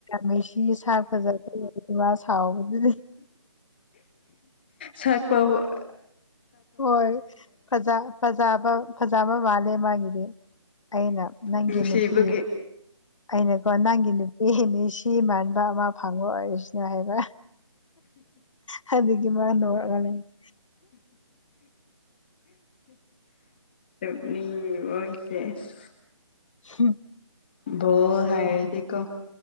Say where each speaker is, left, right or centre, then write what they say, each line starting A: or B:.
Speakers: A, on the left; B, on the left.
A: ꯅꯨꯡꯁꯤꯕꯥ ꯁꯔꯥ ꯐꯖꯔꯛꯄ ꯃꯥ ꯁꯥꯎꯕꯗꯥꯒꯤ
B: ꯁꯛꯇꯨꯕꯨ
A: ꯍꯣꯏ ꯐꯖ ꯐꯖꯕ ꯐꯖꯕ ꯃꯥꯜꯂꯦ ꯃꯥꯒꯤꯗꯤ ꯑꯩꯅ ꯅꯪꯒꯤ
B: ꯅꯨꯡꯁꯤꯕꯒꯤ
A: ꯅꯨꯄꯤ ꯑꯩꯅꯀꯣ ꯅꯪꯒꯤ ꯅꯨ ꯏ ꯃꯤ ꯁꯤ ꯃꯥꯟꯕ ꯑꯃ ꯐꯪꯉꯣ ꯑꯣꯏꯔꯁꯅꯨ ꯍꯥꯏꯕ ꯍꯥꯏꯕꯗꯤ ꯃꯥꯅ <unintelligible>
B: ꯎꯝ ꯃꯤ ꯑꯣꯏꯁꯦꯁ
A: ꯍꯝ
B: ꯗꯣ ꯍꯥꯏꯗꯤ ꯀꯣ